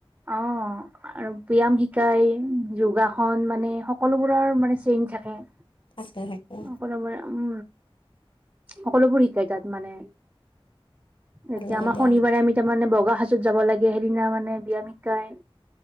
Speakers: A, on the right; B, on the left.
A: অ আৰু। ব্যায়াম শিকায় যোগাসন মানে সকলোবোৰৰ মানে চেইঞ্জ থাকে।
B: থাকে থাকে।
A: সকলোবোৰ উম সকলোবোৰ শিকাই তাত মানে।
B: ভাল
A: এতিয়া
B: লাগে
A: আমাৰ
B: দিয়া
A: শনিবাৰে আমি তাৰমানে বগা সাজত যাব লাগে সেইদিনা মানে ব্যায়াম সিকাই।